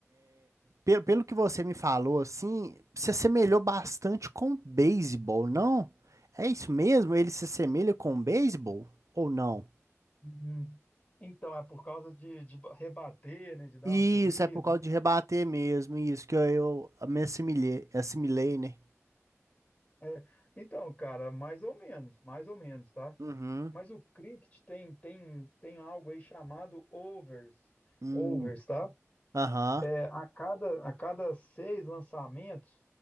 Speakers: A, on the right (about 85°); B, on the left (about 30°).
A: Pelo, pelo que você me falou, assim, se assemelhou bastante com o beisebol, não? É isso mesmo? Ele se assemelha com o beisebol ou não?
B: Uhum. Então, é por causa de, de ba- rebater, né? De dar
A: Isso,
B: uma corrida.
A: é por causa de rebater mesmo, isso que eu, eu me assimilei, assimilei, né?
B: É, então, cara, mais ou menos, mais ou menos, tá?
A: Uhum.
B: Mas o cricket tem, tem, tem algo aí chamado overs.
A: Hum.
B: Overs, tá?
A: Aham.
B: É, a cada, a cada seis lançamentos,